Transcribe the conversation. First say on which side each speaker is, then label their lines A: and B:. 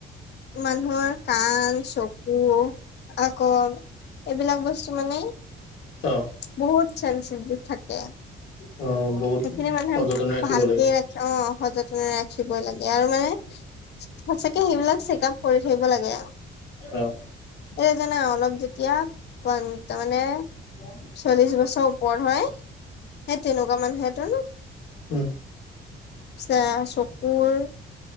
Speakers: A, on the left; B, on the left.
A: মানুহৰ কাণ, চকু আক এইবিলাক বস্তু মানে
B: অ'।
A: বহুত চেনচিটিভ থাকে।
B: অ বহুত
A: সেইখিনি মানুহে
B: সযতনে ৰাখিব
A: ভালকে
B: লাগে
A: ৰাখ অ', সযতনে ৰাখিবই লাগে আৰু মানে সচাকে সেইবিলাক চেক আপ কৰি থাকিব লাগে।
B: অ
A: এই জানা অলপ যেতিয়া <unintelligible> তাৰ মানে
B: <inaudible>
A: চল্লিশ বছৰৰ ওপৰত হয়, সেই তেনেকুৱা মানুহেটো
B: হম
A: আ চকুৰ